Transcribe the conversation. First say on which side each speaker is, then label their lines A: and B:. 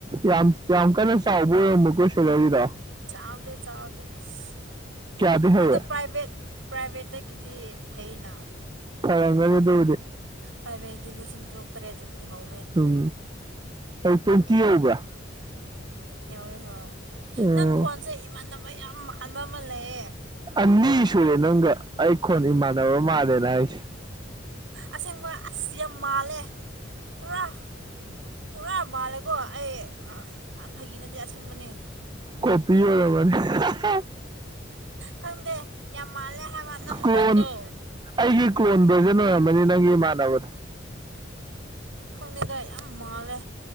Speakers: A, on the right; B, on the right.
A: ꯌꯥꯝ ꯌꯥꯝ ꯀꯟꯅ ꯆꯥꯎꯕ ꯑꯣꯏꯔꯃꯀꯣ ꯁꯦꯂꯔꯤꯗꯣ
B: ꯆꯥꯎꯗꯦ ꯆꯥꯎꯗꯦ ꯑꯁ
A: ꯀꯌꯥꯗꯤ ꯍꯧꯋꯦ
B: ꯑꯗꯣ ꯄ꯭ꯔꯥꯏꯚꯦꯠ ꯄ꯭ꯔꯥꯏꯚꯦꯠꯇꯒꯤꯗꯤ ꯐꯩꯅ
A: ꯐꯔꯡꯒꯅꯤ ꯑꯗꯨꯕꯨꯗꯤ
B: ꯄ꯭ꯔꯥꯏꯚꯦꯠꯗꯤ ꯂꯤꯁꯤꯡ ꯇꯔꯨꯛ ꯇꯔꯦꯠꯇꯒꯤꯍꯧ
A: ꯎꯝ ꯑꯩ ꯇ꯭ꯋꯦꯟꯇꯤ ꯌꯧꯕ꯭ꯔꯥ
B: ꯍꯣꯢ ꯍꯣꯏ
A: ꯎꯝ
B: ꯅꯪ ꯈꯣꯟꯁꯦ ꯏꯃꯥꯟꯅꯕ ꯌꯥꯝ ꯃꯥꯟꯅꯕ ꯑꯃ ꯂꯩꯌꯦ
A: ꯑꯅꯤ ꯁꯨꯔꯦ ꯅꯪꯒ ꯑꯩꯈꯣꯟ ꯏꯃꯥꯟꯅꯕ ꯃꯥꯜꯂꯦꯅ ꯍꯥꯏꯁꯦ
B: ꯑꯁꯦꯡꯕ ꯑꯁ ꯌꯥꯝ ꯃꯥꯜꯂꯦ ꯄꯨꯔꯥ ꯄꯨꯔꯥ ꯃꯥꯜꯂꯦ ꯑꯩ ꯐꯥꯒꯤꯅꯗꯦ ꯑꯁꯦꯡꯕꯅꯦ
A: ꯀꯣꯄꯤ ꯑꯣꯏꯒ ꯃꯥꯅꯤ <unintelligible>
B: ꯈꯪꯗꯦ ꯌꯥꯝ ꯃꯥꯜꯂꯦ ꯍꯥꯏꯕ ꯅꯪ
A: ꯀ꯭ꯂꯣꯟ
B: ꯀꯣꯟꯗꯣ
A: ꯑꯩꯒꯤ ꯀꯣꯟꯕꯁꯨ ꯅ ꯑꯣꯏꯔꯝꯃꯅꯤ ꯅꯪꯒꯤ ꯏꯃꯥꯟꯅꯕꯗꯣ
B: ꯈꯪꯗꯦꯗ ꯌꯥꯝ ꯃꯥꯜꯂꯦ